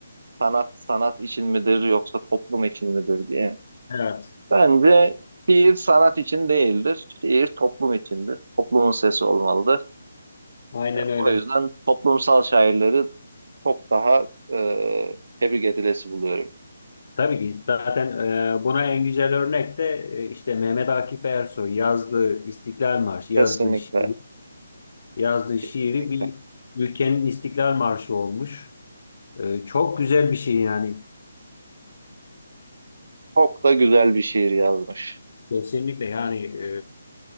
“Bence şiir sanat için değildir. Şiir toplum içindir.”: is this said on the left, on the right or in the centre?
Right